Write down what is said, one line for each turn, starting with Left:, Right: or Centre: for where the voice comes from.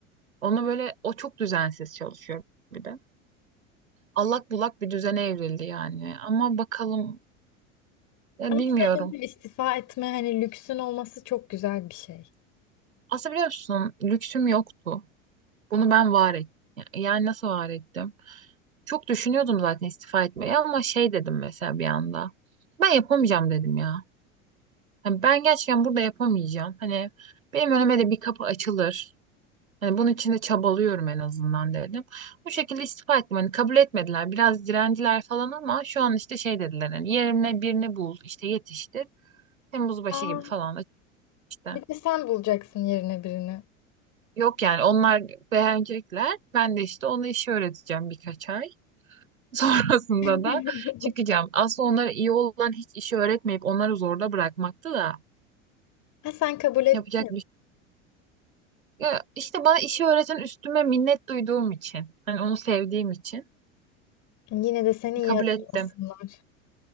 Right: onu böyle o çok düzensiz çalışıyor bir de. Allak bullak bir düzene evrildi yani. Ama bakalım ya
Left: Ama
Right: bilmiyorum.
Left: sevindim istifa etme hani lüksün olması çok güzel bir şey.
Right: Aslında biliyor musun lüksüm yoktu. Bunu ben var ettim. Yani nasıl var ettim? Çok düşünüyordum zaten istifa etmeyi ama şey dedim mesela bir anda. Ben yapamayacağım dedim ya. Hani ben gerçekten burada yapamayacağım. Hani benim önüme de bir kapı açılır. Hani bunun için de çabalıyorum en azından dedim. Bu şekilde istifa ettim. Hani kabul etmediler. Biraz direndiler falan ama şu an işte şey dediler. Hani yerine birini bul, işte yetiştir. Temmuz başı
Left: Aa,
Right: gibi falan da işte.
Left: bir de sen bulacaksın yerine birini.
Right: Yok yani onlar beğenecekler. Ben de işte ona işi öğreteceğim birkaç ay. <laughs> Sonrasında
Left: <laughs>
Right: da çıkacağım. Aslında onlara iyi olan hiç işi öğretmeyip onları zorda bırakmaktı da
Left: Ha sen kabul
Right: yapacak
Left: ettin.
Right: bir şey. Ya işte bana işi öğreten üstüme minnet duyduğum için, hani onu sevdiğim için
Left: Yine de seni iyi
Right: kabul
Left: hatırlasınlar.
Right: ettim.